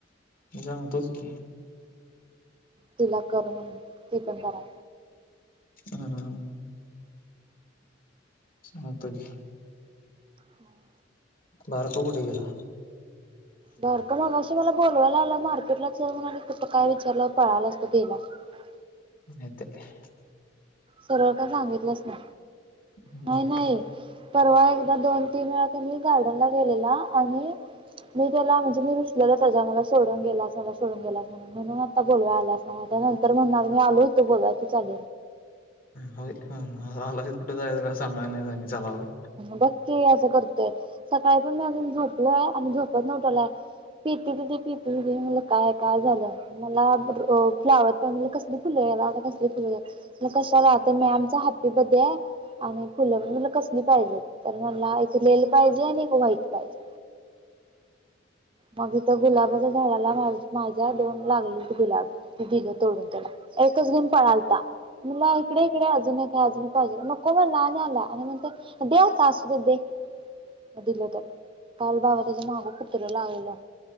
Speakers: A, on the left; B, on the right.
A: जाणतोच की
B: तिला कर ती पण करा
A: हम् मतज
B: होम
A: बारतो कुठे गेला
B: बर का मग अशी मला बोलवायला आलं मार्केटला चल म्ह कुठं काय विचारलं पळाला असतो गेयला हा
A: नाहीेत
B: सरळ का सांगितलंच ना
A: हम्म
B: नाही नाही परवा एकदा दोन त मेळा त्यां मी गार्डन ला गेलेला आणि मी त्याला म्हणजे मी रुचलेल त्याच्या मला सोडून गेलास मला सोडून गेलास म्हणून म्हणून आता बोलवा आलास ना त्या नंतर म्हणणार मी आलो होतो बोलाय तू चास
A: ह आला कुठे जायचं का सांगा नाही चला होय
B: बघ ते असं करतय सकाळी पण मी अजून झोपलोय आणि झोपत नव्हटलाय पीती दिदी पीती म काय काय झालं मला फ्लाॉवर प कसली फुले त्याला आता कसली फुल द्यावी मग कशाला तर म्याम चा हॅप्पी बडे आहे आणि फुलं मी मनल कसली पाहिजे तर मला एक लेल पाहिजे आणि एक वा्हाईट पाहिजे मगथ गुलाबाच्या झाडाला माझ्या दोन लागले गुलाब दिलं तोडून त्याला एक घे पळालता मला इकडे इकडे अजून काय अजून पाहिजे मग मग लहान आला आणिग द्या असू दे दे दिल त्याला काल भावा त्याचं माहागं पुत्र लागलं